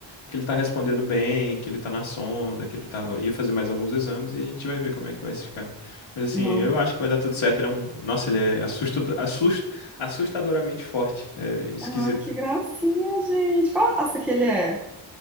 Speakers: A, on the left; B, in the centre.
A: que ele tá respondendo bem, que ele tá na sonda, que ele tava ia fazer mais alguns exames e a gente vai ver como é que vai se ficar. Mas assim,
B: Não.
A: eu acho que vai dar tudo certo, ele é um, nossa, ele é assusto, assust, assustadoramente forte, é esquisito.
B: Ai, que gracinha, gente. Qual raça que ele é?